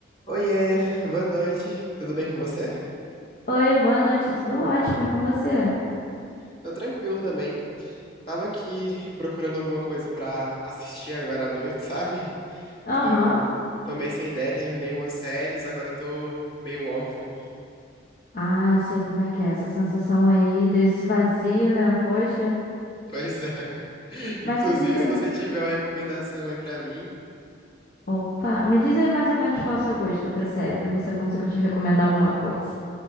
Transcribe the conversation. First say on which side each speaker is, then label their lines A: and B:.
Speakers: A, on the left (about 25°); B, on the left (about 45°).
A: Oiê, boa noite. Tudo bem com você?
B: Oi, boa noite, tudo ótimo, e com você?
A: Tô tranquilo também. Tava aqui procurando alguma coisa pra assistir agora à noite, <laughs> sabe?
B: Aham.
A: Tô, tô meio sem ideia, terminei umas séries, agora eu tô meio órfão.
B: Ah, sei como é que é essa sensação aí desse vazio, né? Poxa.
A: Pois é. <laughs> Inclusive,
B: Mas me diz aí.
A: se você tiver uma recomendação aí pra mim.
B: Opa, me diz aí mais ou menos qual é o seu gosto pra série, pra ver se eu consigo te recomendar alguma coisa.